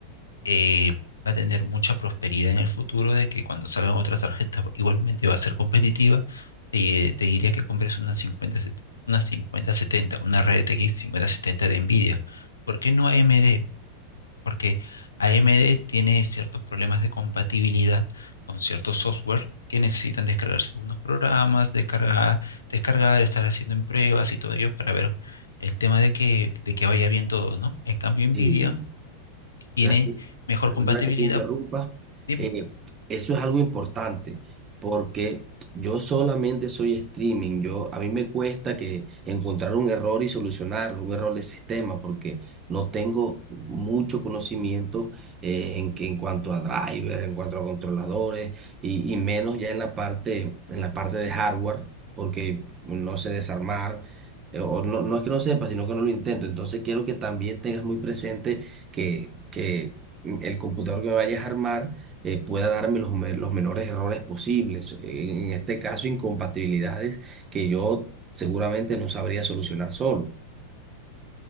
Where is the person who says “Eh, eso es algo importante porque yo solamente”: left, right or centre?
Right